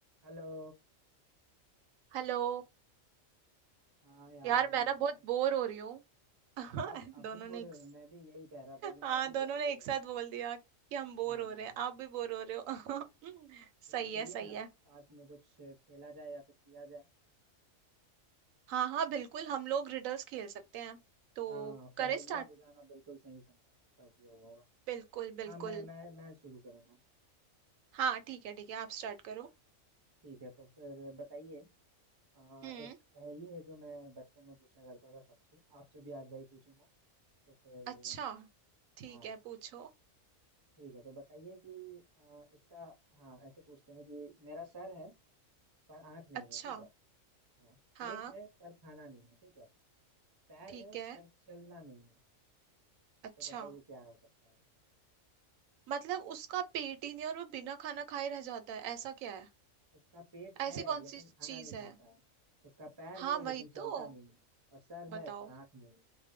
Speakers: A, on the right; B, on the right.
A: Hello
B: Hello
A: हाँ यार
B: यार मैं
A: मैं
B: ना बहुत बोर हो रही हूँ <laughs>
A: अच्छा आप
B: दोनों
A: भी बोर
B: ने एक
A: हो रहे हो मैं भी यही कह रहा था कि
B: हाँ
A: मैं भी
B: दोनों
A: बोर ही
B: ने
A: हो
B: एक
A: रहा
B: साथ
A: हूँ
B: बोल दिया कि हम बोर
A: हाँ
B: हो रहे हैं आप भी बोर हो रहे हो <laughs>
A: तो
B: सही
A: फिर चलिए
B: है सही
A: ना
B: है
A: साथ में कुछ खेला जाए या फिर किया जाए
B: हाँ हाँ बिल्कुल हम लोग रिडल्स खेल सकते हैं तो
A: हाँ पहेलियाँ
B: करें स्टार्ट
A: बुझाना बिल्कुल सही समय का उपयोग होगा
B: बिल्कुल बिल्कुल
A: हाँ मैं मैं मैं शुरू करूँगा
B: हाँ ठीक है ठीक है आप स्टार्ट करो
A: ठीक है तो फिर बताइए आ,
B: हम्म
A: एक पहेली है जो मैं बचपन में पूछा करता था सबसे आपसे भी आज वही पूछूंगा तो फिर
B: अच्छा ठीक
A: हाँ
B: है पूछो
A: ठीक है तो बताइए कि आ, इसका हाँ ऐसे पूछते हैं कि मेरा सर है पर आँख नहीं
B: अच्छा
A: है ठीक है हाँ
B: हाँ
A: पेट है पर खाना नहीं है ठीक है पैर
B: ठीक
A: है
B: है
A: पर चलना नहीं है
B: अच्छा
A: तो बताइए क्या हो सकता है
B: मतलब उसका पेट ही नहीं और वो बिना खाना खाए रह जाता है ऐसा क्या है
A: उसका पेट
B: ऐसी
A: है
B: कौन
A: लेकिन
B: सी
A: खाना
B: चीज
A: नहीं खाता
B: है
A: है उसका पैर
B: हाँ
A: है लेकिन
B: वही
A: चलता
B: तो
A: नहीं है और सर
B: बताओ
A: है पर आंख नहीं है